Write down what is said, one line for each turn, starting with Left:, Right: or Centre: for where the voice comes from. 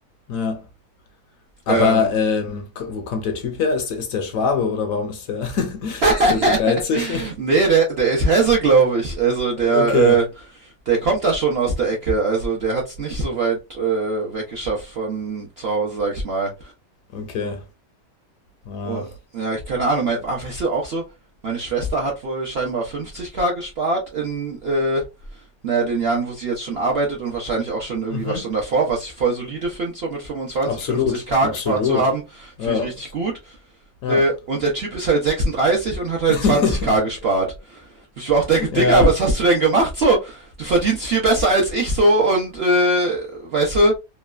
Left: Ja. Aber
Right: Ähm,
Left: ähm, ko- wo kommt der Typ her? Ist der, ist der Schwabe oder warum ist der, <laughs> ist
Right: <laughs>
Left: der so geizig?
Right: nee,
Left: <laughs>
Right: der, der ist Hesse, glaube ich. Also der,
Left: Okay,
Right: äh, der kommt da schon aus der Ecke. Also der hat es nicht so weit äh, weggeschafft von zu Hause, sag ich mal.
Left: okay. Ja.
Right: Oh, ja, ich keine Ahnung. Mein, ah, weißt du, auch so, meine Schwester hat wohl scheinbar 50k gespart in, äh, naja, den Jahren, wo sie jetzt schon arbeitet und wahrscheinlich auch schon irgendwie
Left: Mhm.
Right: was schon davor, was ich voll solide finde, so mit 25,
Left: Absolut,
Right: 50k
Left: absolut.
Right: gespart zu haben, finde
Left: Ja,
Right: ich richtig gut.
Left: ja.
Right: Äh, und der Typ ist halt 36 und hat halt
Left: <laughs>
Right: 20k gespart. Ich war auch denke, Digga,
Left: Ja,
Right: was hast du denn gemacht so? Du verdienst viel besser als ich so und äh, weißt du,